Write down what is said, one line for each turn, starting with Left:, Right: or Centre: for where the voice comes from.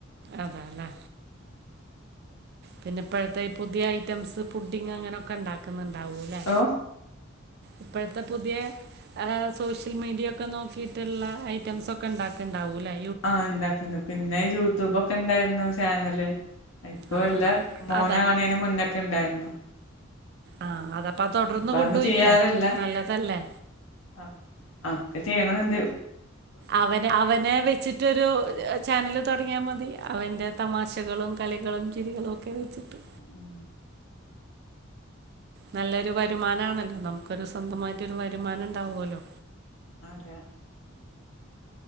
Right: അതെ അല്ലേ പിന്നെ ഇപ്പോഴത്തെ ഈ പുതിയ ഐറ്റംസ് ഫുഡിങ് അങ്ങനെയൊക്കെ ഉണ്ടാക്കുന്നുണ്ടാവല്ലേ
Left: ഓ
Right: ഇപ്പോഴത്തെ പുതിയ സോഷ്യൽ മീഡിയ ഒക്കെ നോക്കിയിട്ടുള്ള ഐറ്റംസ് ഒക്കെ ഉണ്ടാക്കുണ്ടാവൂലേ
Left: ആഹ് ഇണ്ടാക്കുന്നു പിന്നെ യൂട്യൂബൊക്കെ ഇണ്ടായിരുന്നു ചാനല് ഇപ്പം
Right: ആ
Left: ഇല്ല
Right: ആ
Left: മോന്
Right: അതെ
Left: ആണേന് മുന്നൊക്കെ ഉണ്ടായിരുന്നു
Right: ആഹ് അതപ്പ തുടർന്ന്
Left: ഇപ്പൊ
Right: കൊണ്ട്പോയിക്കൂടേ
Left: അതൊന്നും ചെയ്യാറില്ല
Right: നല്ലതല്ലേ
Left: ആഹ് ആക്കെ ചെയ്യണംന്ന്ണ്ട്
Right: അവന അവനെ വെച്ചിട്ടൊരു ചാനല് തുടങ്ങിയാൽ മതി അവൻ്റെ തമാശകളും കളികളും ചിരികളും ഒക്കെ വെച്ചിട്ട്
Left: ഉം
Right: നല്ലൊരു വരുമാനമാണല്ലോ നമുക്കൊരു സ്വന്തമായിട്ടൊരു വരുമാനം ഉണ്ടാവുമല്ലോ
Left: അതെ